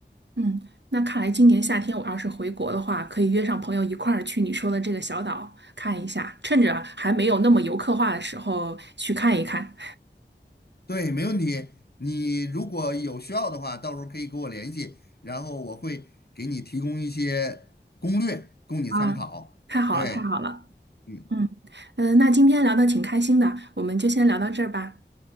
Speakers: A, on the right (about 70°); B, on the left (about 55°).
A: 嗯，那看来今年夏天我要是回国的话，可以约上朋友一块儿去你说的这个小岛看一下，趁着还没有那么游客化的时候去看一看。
B: 对，没问题。你如果有需要的话，到时候可以跟我联系，然后我会给你提供一些攻略供你参考。
A: 啊，太好了，
B: 对，
A: 太好了。
B: 嗯，
A: 嗯，嗯、那今天聊的挺开心的，我们就先聊到这儿吧。